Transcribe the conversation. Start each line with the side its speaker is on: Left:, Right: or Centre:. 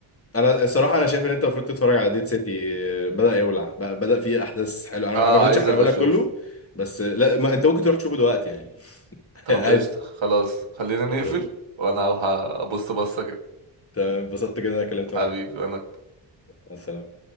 Left: انا الصراحه انا شايف ان انت المفروض تتفرج على ديد سيتي آه، بدا يولع بقى- بدا فيه احداث حلوه انا
Right: اه
Left: ما ما رضيتش
Right: عايز
Left: احرقه
Right: ابقى
Left: لك
Right: اشوف
Left: كله بس آه، لا ما انت ممكن تروح تشوفه دلوقتي يعني <laughs>
Right: طب
Left: عادي
Right: قشطة خلاص خلينا
Left: آه،
Right: نقفل وانا هروح ابص بصة كده
Left: تمام اتبسطت جدا إن انا اتكلمت
Right: حبيبي
Left: معاك
Right: وانا
Left: مع السلامه